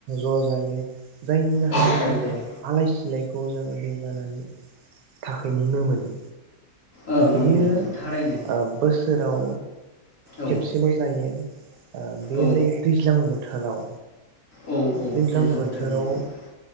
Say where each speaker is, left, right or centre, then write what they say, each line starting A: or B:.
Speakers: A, on the right (about 80°); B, on the left (about 60°).
A: ज' जायो जायनि जाहोनाव
B: औ जायो
A: जोंहा
B: जायो
A: आलाय सिलाय खौ जोङो दैबानानि थाखाय नुनो मोनो।
B: औ नंगौ
A: बेयो
B: नोंथां थारैनो
A: ओ बोस सोराव
B: औ
A: खेबसेल' जायो। ओ बे
B: औ
A: जायो दैज्लां बोथोराव
B: औ औ
A: दैज्लां बोथोराव
B: बोथोर नंगौ